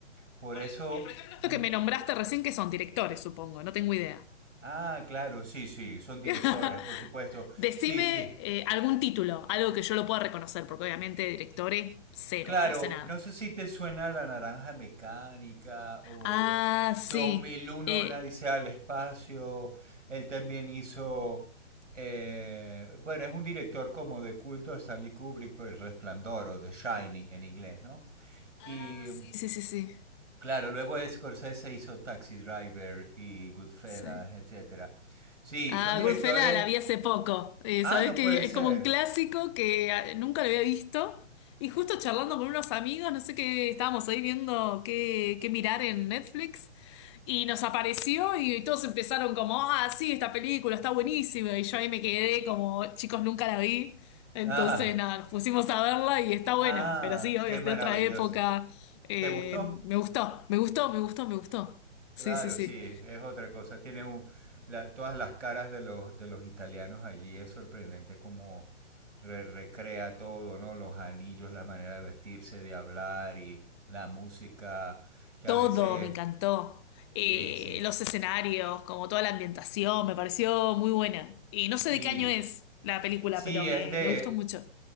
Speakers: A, on the right; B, on the left.
A: Por
B: Por,
A: eso
B: eh, por ejemplo, esto
A: mm,
B: que me nombraste
A: t-
B: recién, que son directores, supongo, no tengo idea.
A: Ah, claro, sí, sí, son directores,
B: <laughs>
A: por supuesto.
B: Decime
A: Sí, sí,
B: eh, algún título, algo que yo lo pueda reconocer, porque obviamente directores, cero,
A: Claro,
B: no sé nada.
A: no sé si te suena La Naranja Mecánica o
B: Ah,
A: dos
B: sí.
A: mil uno
B: Eh,
A: va al espacio. Él también hizo, eh, bueno, es un director como de culto de Stanley Kubrick por El Resplandor o The Shining en inglés, ¿no?
B: ah,
A: Y
B: sí, sí, sí, sí.
A: claro, luego Scorsese hizo Taxi Driver y Goodfellas,
B: Sí.
A: etcétera. Sí,
B: Ah,
A: son directores.
B: Goodfellas la vi hace poco. Eh,
A: Ah,
B: sabés
A: no
B: que
A: puede ser.
B: es como un clásico que ah, nunca lo había visto. Y justo charlando con unos amigos, no sé qué, estábamos ahí viendo qué, qué mirar en Netflix. Y nos apareció y todos empezaron como, ah, sí, esta película está buenísima. Y yo ahí me quedé como, chicos, nunca la vi. Entonces,
A: Ah,
B: nada, nos pusimos a verla y está
A: ah,
B: buena. Pero sí, obvio,
A: qué
B: es
A: maravilloso.
B: de otra época. Eh,
A: ¿Te gustó?
B: me gustó, me gustó, me gustó, me gustó.
A: Claro,
B: Sí, sí, sí.
A: sí, es otra cosa. Tiene un- la- todas las caras de los, de los italianos allí. Es sorprendente cómo re- recrea todo, ¿no? Los anillos, la manera de vestirse, de hablar y la música, que
B: Todo,
A: a veces...
B: me encantó. Eh,
A: Sí, sí,
B: los escenarios, como toda la ambientación, me pareció muy buena. Y no sé
A: sí.
B: de qué año es la película,
A: Sí,
B: pero me,
A: es de...
B: me gustó mucho.